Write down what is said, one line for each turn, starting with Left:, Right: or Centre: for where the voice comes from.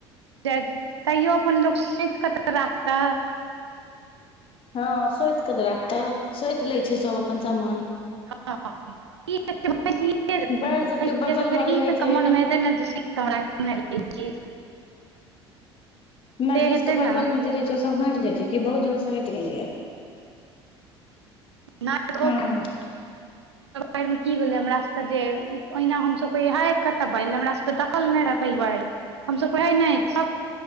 Right: तैयो अपन लोक सईत कऽ तऽ राखता।
Left: हँ सोतिकऽ तऽ राखतै सोति लै छैय सब अपन समान।
Right: हँ। <unintelligible> फेर ई
Left: बाढ़ि सबके बगल मे रहै
Right: तऽ
Left: छै
Right: क मोनमे हेतै ने कमरा के नई ई चीज
Left: नदीश
Right: हेतै
Left: के बगल
Right: ने
Left: मे जे रहे छैय ओ सब हट जाय छैय की बहुत जगह से हटि गेले या
Right: नै <unintelligible>
Left: हँ
Right: बाढ़मे की भेलै हमर सभके जे ओहिना हमसभ कह हा कतऽ बढ़ हमरासके देखल नहि रहै एहि बाढ़ि। हमसब कही एने छैय।